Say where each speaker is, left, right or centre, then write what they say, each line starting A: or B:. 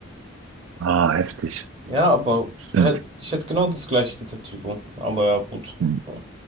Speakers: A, on the right (about 85°); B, on the right (about 30°).
A: Ah, heftig.
B: Ja, aber
A: Stimmt.
B: hätt- ich hätte genau das gleiche getippt wie du. Aber ja, gut.
A: Mhm.
B: Ja.